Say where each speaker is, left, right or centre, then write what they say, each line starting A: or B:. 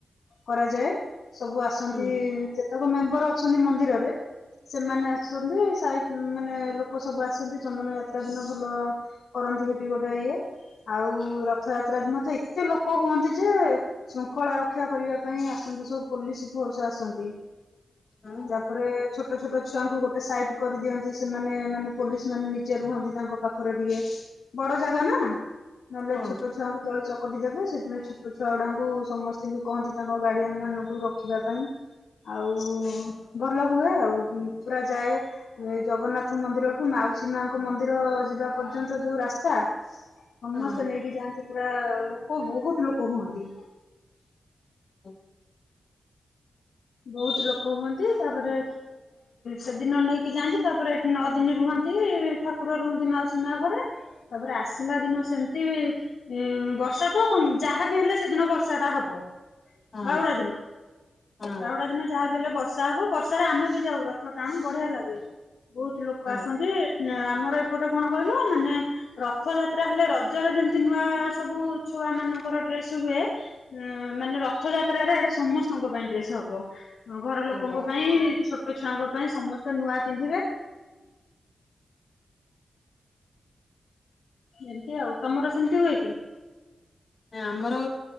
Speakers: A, on the left; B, on the left.
A: କରାଯାଏ ସବୁ ଆସନ୍ତି
B: ହୁଁ
A: ଯେତେକ ମେମ୍ବର ଅଛନ୍ତି ମନ୍ଦିରରେ ସେମାନେ ଆସଛନ୍ତି ସାହି ହୁଁ ମାନେ ଲୋକ ସବୁ ଆସନ୍ତି ଚନ୍ଦନ ଯାତ୍ରା ଦିନ ଭଲ କରନ୍ତି ସେଠି ଗୋଟେ ଇଏ ଆଉ ରଥଯାତ୍ରା ଦିନ ତ ଏତେ ଲୋକ ହୁଅନ୍ତି ଯେ ଶୃଙ୍ଖଳା ରକ୍ଷା କରିବା ପାଇଁ ଆସନ୍ତି ସବୁ ପୋଲିସ ଫୋର୍ସ ଆସନ୍ତି।
B: ହଁ
A: ତାପରେ ଛୋଟ ଛୋଟ ଛୁଆଙ୍କୁ ଗୋଟେ ସାଇଡ କରିଦିଅନ୍ତି ସେମାନେ ମାନେ ପୋଲିସ ମାନେ ନିଜେ ରୁହନ୍ତି ତାଙ୍କ ପାଖରେ ଟିକେ ବଡ ଜାଗା ନା ନହେଲେ
B: ହଁ
A: ଛୋଟ ଛୁଆଙ୍କୁ ଦଳି ଚକଟି ଦେବେ ସେଥିପାଇଁ ଛୋଟ ଛୁଆ ଗୁଡାଙ୍କୁ ସମସ୍ତଙ୍କୁ କହନ୍ତି ତାଙ୍କ ଗାର୍ଡିଆନ ମାନଙ୍କୁ ରଖିବା ପାଇଁ। ଆଉ ଭଲ ହୁଏ ଆଉ ପୁରା ଯାଏ ଏ ଜଗନ୍ନାଥ ମନ୍ଦିରଠୁ ମାଉସୀ ମାଙ୍କ ମନ୍ଦିର ଯିବା ପର୍ଯ୍ୟନ୍ତ ଯୋଉ ରାସ୍ତା ସମସ୍ତେ
B: ହଁ
A: ନେଇକି ଯାଆନ୍ତି ପୁରା ଲୋକ ବହୁତ ଲୋକ ହୁଅନ୍ତି।
B: ହୁଁ
A: ବହୁତ ଲୋକ ହୁଅନ୍ତି ତାପରେ ସେଦିନ ନେଇକି ଯାଆନ୍ତି ତାପରେ ଏଠି ନଅ ଦିନି ରୁହନ୍ତି ଠାକୁର ରୁହନ୍ତି ମାଉସୀ ମା ଘରେ। ତାପରେ ଆସିଲା ଦିନ ସେମିତି ବି ଉ ବର୍ଷା ତ ଯାହାବି ହେଲେ ସେଦିନ ବର୍ଷା ଟା ହବ
B: ହଁ
A: ବାହୁଡା ଦିନ।
B: ହଁ
A: ବାହୁଡ଼ା ଦିନ ଯାହାବି ହେଲେ ବର୍ଷା ହବ ବର୍ଷାରେ ଆମେ ବି ଯାଉ ରଥ ରଥ ଟାଣୁ ବଢିଆ ଲାଗେ ବହୁତ ଲୋକ
B: ହଁ
A: ଆସନ୍ତି ଆମର ଏପଟେ କଣ କହିଲ ମାନେ ରଥଯାତ୍ରା ହେଲେ ରଜରେ ଯେମିତି ନୂଆ ସବୁ ଛୁଆ ମାନଙ୍କର ଡ୍ରେସ ହୁଏ ଉ ମାନେ ରଥଯାତ୍ରାରେ ଇଆଡ଼େ ସମସ୍ତଙ୍କ ପାଇଁ ଡ୍ରେସ ଆଉ। ଘର ଲୋକଙ୍କ
B: ଓହୋ।
A: ପାଇଁ ଛୋଟ ଛୁଆଙ୍କ ପାଇଁ ସମସ୍ତେ ନୂଆ ପିନ୍ଧିବେ। ଏମତି ଆଉ ତମର ସେମିତି ହୁଏ କି?
B: ଆମର